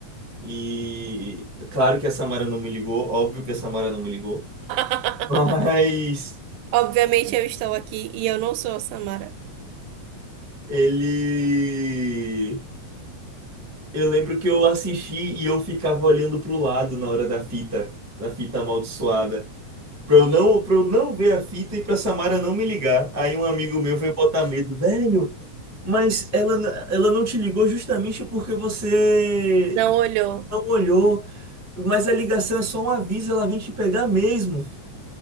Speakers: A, on the right; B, on the right.
A: E claro que a Samara não me ligou, óbvio que a Samara não me ligou,
B: <laughs>
A: <laughs> mas
B: Obviamente eu estou aqui e eu não sou a Samara.
A: ele. Eu lembro que eu assisti e eu ficava olhando pro lado na hora da fita, da fita amaldiçoada. Pra eu não, pra eu não ver a fita e pra Samara não me ligar. Aí um amigo meu foi botar medo, velho, mas ela, n- ela não te ligou justamente porque você
B: Não olhou.
A: não olhou. Mas a ligação é só um aviso, ela vem te pegar mesmo.